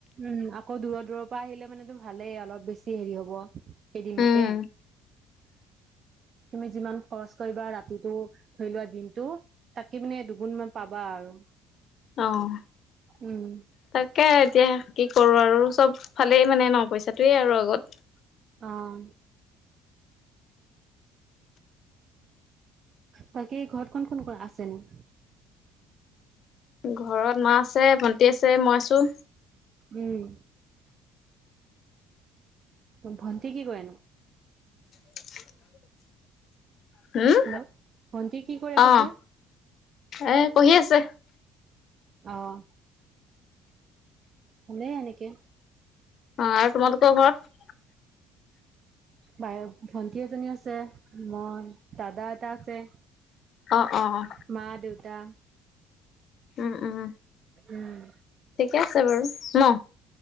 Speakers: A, on the right; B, on the left.
A: উম আকৌ দূৰ দূৰ পৰা আহিলে মানেতো ভালেই অলপ বেছি হেৰি হ'ব। এদিনতে
B: উম
A: তুমি যিমান খৰচ কৰিবা ৰাতিটো ধৰি লোৱা দিনতটো। তাকি মানে দুগুণ মান পাবা আৰু।
B: অহ।
A: উম
B: তাকে এতিয়া কি কৰো আৰু চব ফালেই মানে ন পইচাটোয়ে আৰু আগত।
A: অহ। বাকী ঘৰত কোন কোন আছে নো?
B: ঘৰত মা আছে ভন্তি আছে মই আছোঁ।
A: উম। ভণ্টি কি কৰেনো?
B: <inaudible> হম,
A: হেল্ল' ভন্টি কি কৰে
B: অ'
A: কৈছো
B: এ পঢ়ি আছে।
A: অহ এনে এনেকে
B: অ' আৰু তোমালকৰ ঘৰত?
A: বাই ভন্টি এজনী আছে মই দাদা এটা আছে
B: অ অ অ
A: মা দেউতা।
B: উম, উম।
A: উম
B: ঠিকে আছে বাৰু ন